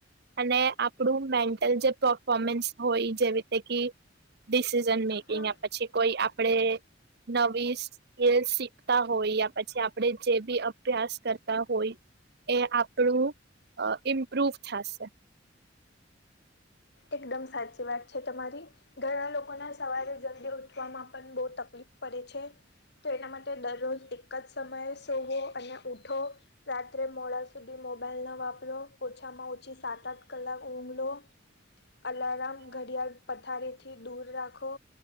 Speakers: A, on the right; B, on the left.
A: અને આપણું મેન્ટલ જે પરફોમન્સ હોય, જેવી તે કે ડિસિઝન મેકિંગ
B: હા
A: પછી કોઈ આપણેે નવી એ શીખતા હોય, યા પછી આપણે જે બી અભ્યાસ કરતા હોય. એ આપણું ઇમ્પ્રુવ થશે.
B: એકદમ સાચી વાત છે તમારી. ઘણા લોકોના સવારે જલ્દી ઉઠવામાં પણ બહુ તકલીફ પડે છે. તો એના માટે દરરોજ એક જ સમયે સોવો અને ઉઠો. રાત્રે મોડા સુધી મોબાઈલ ના વાપરો. ઓછામાં ઓછી સાત આઠ કલાક ઊઘલો. આલારામ ઘડિયાળ. પથારીથી દૂર રાખો,